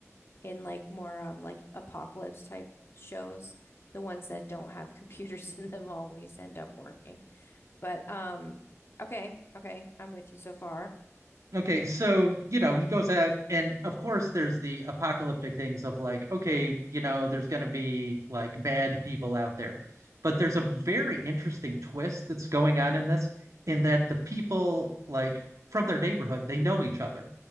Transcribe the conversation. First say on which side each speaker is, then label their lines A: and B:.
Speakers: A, on the left (about 50°); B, on the right (about 80°).
A: in like more um like apocalypse type shows. The ones that don't have <laughs> computers in them always end up working. But um, okay, okay, I'm with you so far.
B: Okay, so you know, he goes out, and of course, there's the apocalyptic things of like, okay, you know, there's going to be like bad people out there. But there's a very interesting twist that's going on in this, in that the people, like from their neighborhood, they know each other.